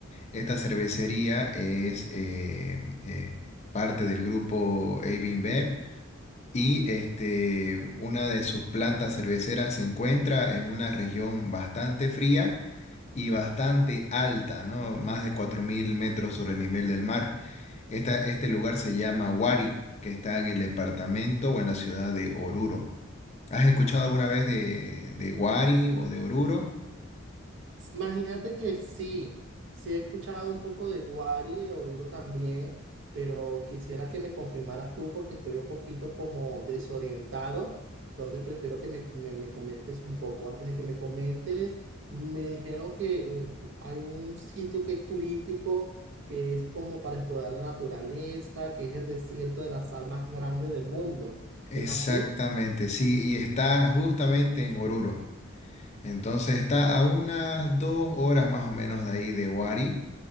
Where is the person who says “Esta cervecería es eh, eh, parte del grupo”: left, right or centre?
Left